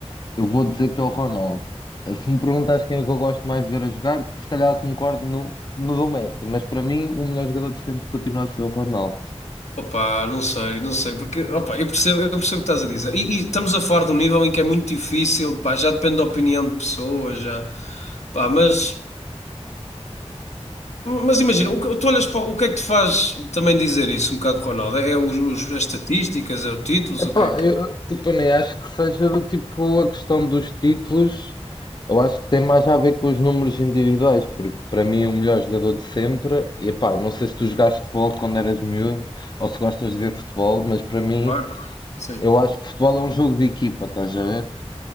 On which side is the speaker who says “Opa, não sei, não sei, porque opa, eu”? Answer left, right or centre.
Left